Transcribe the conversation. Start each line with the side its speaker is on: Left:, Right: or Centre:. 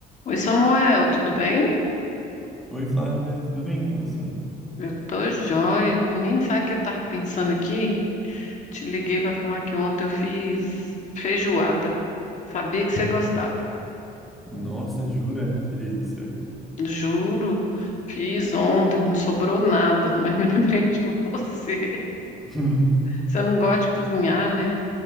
Left: Oi, Samuel, tudo bem?
Centre: Oi, Flávia, tudo bem com você?
Left: Eu tô joia. Menino, sabe o que eu tava pensando aqui? Te liguei pra falar que ontem eu fiz feijoada. Sabia que você gostava.
Centre: Nossa, jura? Que delícia.
Left: Juro, fiz ontem, não sobrou nada, mas me <laughs> lembrei de você.
Centre: <laughs>
Left: Você não gosta de cozinhar, né?